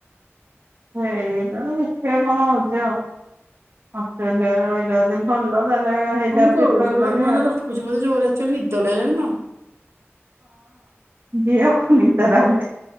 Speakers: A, on the right; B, on the right.
A: ସେଇତ ଦେଖିଆକ୍ କଣ ହଉଛି ଆଉ। ହଷ୍ଟେଲରେ ରହିଲା ଯଦି ଭଲ। ତାହେଲେ ହେଇଟା
B: ହଉ ମୁଁ କରୁଛି
A: ପ୍ରିଫର କରିବା
B: ମାନେ ରଖୁଛି ମତେ ଜୋରେ ଆକ୍ଚୁଆଲି ନିଦ ଲାଗିଲାଣି ତ।
A: ଏଇଆକୁ ନିଦ ଲାଗୁଚି। <inaudible>